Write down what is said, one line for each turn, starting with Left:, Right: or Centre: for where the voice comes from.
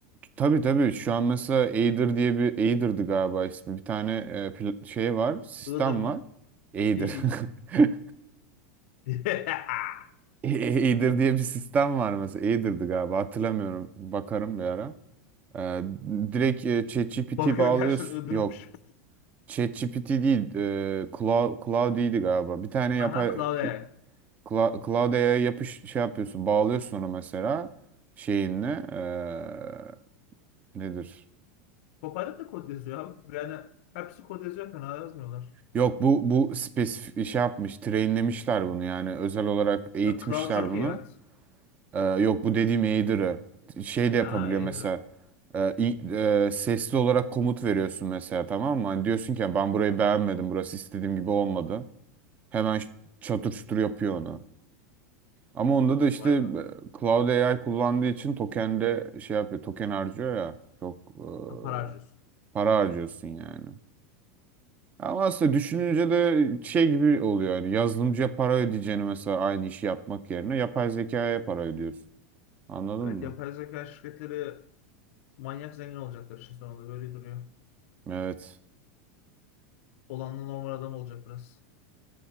Right: tabii tabii şu an mesela Aider diye bir Aider'dı galiba ismi bir tane e, pl- şey var sistem
Left: Iğdır mı?
Right: var. Aider.
Left: İyi.
Right: <laughs>
Left: <laughs>
Right: Eater diye bir sistem var mesela. Eater'dı galiba hatırlamıyorum. Bakarım bir ara. Ee, direkt e, ChatGPT
Left: Bakıyor
Right: bağlıyorsun.
Left: gerçekten Iğdır'mış.
Right: Yok ChatGPT değil. E, Cloud, Cloud'iydi galiba. Bir tane yapay
Left: Aha Cloud AI.
Right: Cloud, Cloud AI yapış şey yapıyorsun. Bağlıyorsun ona mesela şeyinle. e, nedir?
Left: Copilot da kod yazıyor abi. Yani hepsi kod yazıyor fena yazmıyorlar.
Right: Yok bu bu spesifik şey yapmış. Trainlemişler bunu yani. Özel olarak eğitmişler
Left: E, Cloud çok
Right: bunu.
Left: iyi evet.
Right: Ee, yok bu dediğim Aider'ı. Şey de
Left: Ha
Right: yapabiliyor
Left: iyidir
Right: mesela.
Left: o.
Right: Ee, i- e, sesli olarak komut veriyorsun mesela tamam mı? Hani diyorsun ki ben burayı beğenmedim. Burası istediğim gibi olmadı. Hemen ş- çatır çutur yapıyor onu. Ama onda da işte
Left: Vay be.
Right: e, Cloud AI kullandığı için tokende şey yapıyor. Token harcıyor ya. Çok e,
Left: Ha, para harcıyorsun.
Right: para harcıyorsun yani. Ama aslında düşününce de şey gibi oluyor yani yazılımcıya para ödeyeceğini mesela aynı işi yapmak yerine yapay zekaya para ödüyorsun. Anladın
Left: Evet
Right: mı?
Left: yapay zeka şirketleri manyak zengin olacaklar işin sonunda böyle duruyor.
Right: Evet.
Left: Olanla normal adam olacak biraz.